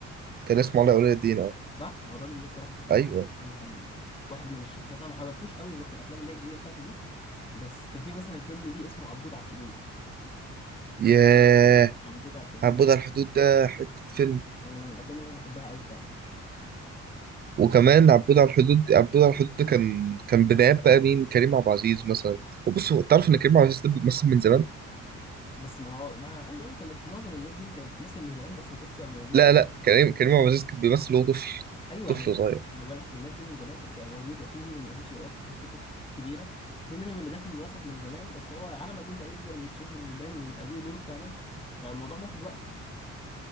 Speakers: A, on the right; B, on the left.
A: كان اسمه علاء ولي الدين اه
B: صح هو الراجل ده بصراحة كنت بحبه
A: ايوه
B: يعني كان واحد من الشخصيات انا ما حضرتوش قوي غير في الافلام اللي هي الجديدة بتاعته دي بس كان في مثلا فيلم ليه اسمه عبود على الحدود
A: ياه
B: عبود على الحدود
A: عبود
B: ده
A: على الحدود
B: برضه
A: ده حتة فيلم
B: من الافلام اللي انا بحبها قوي فعلا
A: وكمان عبود على الحدود عبود على الحدود ده كان كان بدايات بقى مين كريم عبد العزيز مثلا وبص هو تعرف ان كريم عبد العزيز ده بيمثل من زمان
B: بس ما هو ما أنا عايز اقول لك ان معظم الناس دي كانت بتمثل من زمان بس ما كانتش بتبقى موجوده
A: لا لا
B: بشكل
A: كريم كريم عبد العزيز كان بيمثل وهو طفل
B: ايوه
A: طفل
B: ما انا
A: صغير
B: ما انا بقول لك الناس دي من زمان كانت بتبقى موجوده في منهم اللي ما كانش بياخد فرصته كبيره وفي منهم اللي داخل الوسط من زمان بس هو على ما بيبدا يكبر ويتشهر ويبان ويبقى ليه دور فعلا فالموضوع بياخد وقت